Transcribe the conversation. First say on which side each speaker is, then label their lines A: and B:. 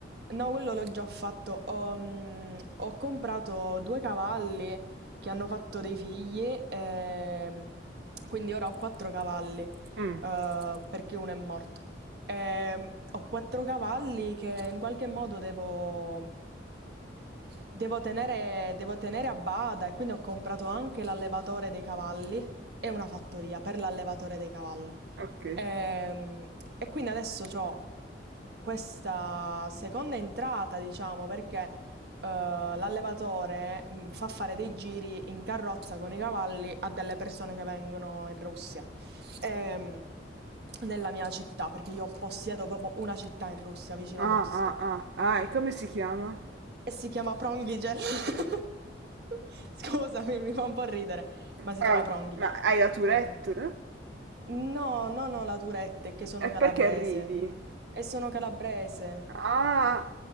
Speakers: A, on the right (about 60°); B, on the right (about 75°).
A: No, quello l'ho già fatto. Ho, mm, ho comprato due cavalli che hanno fatto dei figli, ehm, quindi ora ho quattro cavalli, eh,
B: Mm,
A: perché uno è morto. Ehm, ho quattro cavalli che in qualche modo devo, devo tenere, devo tenere a bada e quindi ho comprato anche l'allevatore dei cavalli e una fattoria per l'allevatore dei cavalli.
B: ok.
A: Ehm, e quindi adesso ho questa seconda entrata, diciamo, perché eh, l'allevatore mh, fa fare dei giri in carrozza con i cavalli a delle persone che vengono in Russia, Ehm, nella mia città, perché io possiedo proprio una città in Russia, vicino
B: Ah,
A: a Mosca,
B: ah, ah. Ah, e come si chiama?
A: e si chiama Prongigel. <laughs> Scusami, mi fa un po' ridere, ma si
B: Ah,
A: chiama Prongigel.
B: ma hai la Tourette?
A: Eh, No, non ho la Tourette, è che sono
B: E
A: calabrese.
B: perché ridi?
A: E sono calabrese.
B: Ah,